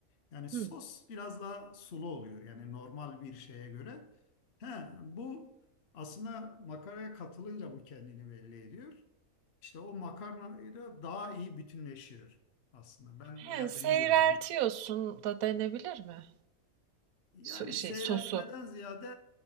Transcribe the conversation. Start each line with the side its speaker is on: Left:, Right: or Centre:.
Left: Yani sos
Right: Hı.
Left: biraz daha sulu oluyor yani normal bir şeye göre. He, bu aslında makaraya katılınca bu kendini belli ediyor. İşte o makarnayla daha iyi bütünleşiyor aslında ben
Right: He,
Left: veya
Right: seyreltiyorsun
Left: benim gözlemim.
Right: da denebilir mi?
Left: Yani
Right: Su, şey
Left: seyreltmeden
Right: sosu.
Left: ziyade